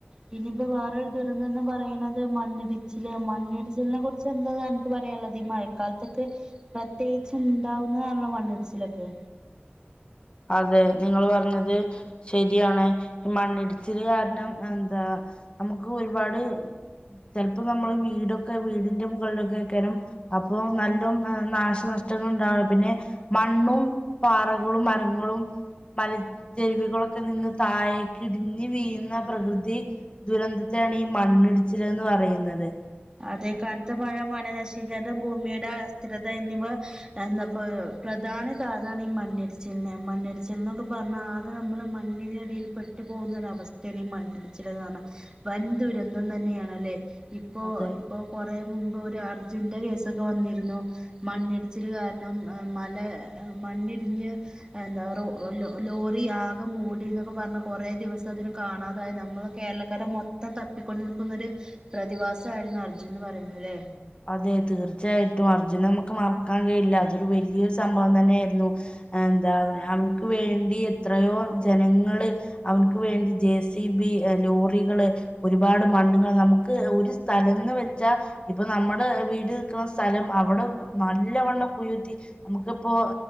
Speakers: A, on the right; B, on the left.
A: പിന്നയിപ്പ വേറൊരു ദുരന്തോന്ന് പറയണത് മണ്ണിടിച്ചില് മണ്ണിടിച്ചിലിനെ കുറിച്ച് എന്താ പറയാനുള്ളത് ഈ മഴക്കാലത്തൊക്കെ പ്രത്യേകിച്ച് ഉണ്ടാവുന്നതാണല്ലോ മണ്ണിടിച്ചിലൊക്കെ
B: അതെ നിങ്ങള് പറഞ്ഞത് ശരിയാണ് മണ്ണിടിച്ചില് കാരണം എന്താ നമുക്ക് ഒരുപാട് ചെലപ്പോ നമ്മള് വീടൊക്കെ വീടിന്റെ മുകളിലൊക്കെക്കേറും അപ്പൊ നല്ല നാശനഷ്ടങ്ങ ഉണ്ടാവും പിന്നെ മണ്ണും പാറകളും മര ങ്ങളും മല ച്ചരുവികളൊക്കെ നിന്ന് താഴേക്ക് ഇടിഞ്ഞ് വീഴുന്ന പ്രകൃതി ദുരന്തത്തെയാണ് ഈ മണ്ണിടിച്ചിലെ ന്ന് പറയുന്നത്
A: അതെ കനത്ത മഴ വനനശീകരണം ഭൂമിയുടെ അസ്ഥിരത എന്നിവ എന്താപ്പ പ്രധാന കാരണമാണ് ഈ മണ്ണിടിച്ചിലിനെ മണ്ണിടിച്ചിൽ ന്നൊക്കെ പറഞ്ഞ ആകെ നമ്മള് മണ്ണിന ടിയിൽ പെട്ടു പോകുന്ന ഒരവസ്ഥയാണ് ഈ മണ്ണിടിച്ചിലെന്ന്‌ പറയുന്ന വൻ ദുരന്തം തന്നെയാണല്ലേ ഇപ്പോ
B: അതെ
A: ഇപ്പൊ കൊറേ മുമ്പ് ഒരു അർജുന്റെ കേസൊക്കെ വന്നിരുന്നു മണ്ണിടിച്ചിലു കാരണം മല മണ്ണിടിഞ്ഞ് എന്താറ ല ലോറി ആകെ മൂടി എന്നൊക്കെ പറഞ്ഞ് കൊറേ ദിവസം അതിന കാണാതായി നമ്മള് കേരളക്കാര മൊത്തം തപ്പിക്കൊണ്ടിക്കുന്നൊരു പ്രതിഭാസായിരുന്നു അർജുൻന്ന് പറയുന്നതല്ലേ
B: അതെ തീർച്ചയായിട്ടും അർജുനെ നമുക്ക് മറക്കാൻ കഴിയില്ല അതൊരു വലിയൊരു സംഭവം തന്നെ ആയിരുന്നു എന്താ അവ അവനിക്ക് വേണ്ടി എത്രയോ ജനങ്ങള് അവനിക്ക് വേണ്ടി ജെ സി ബി ലോറികള് ഒരുപാട് മണ്ണുകൾ നമുക്ക് ഒരു സ്ഥലന്ന് വെച്ചാ ഇപ്പ നമ്മുടെ വീട് നിൽക്കുന്ന സ്ഥലം അവിടെ നല്ലവണ്ണം കുഴിക്കുത്തി നമുക്കിപ്പോ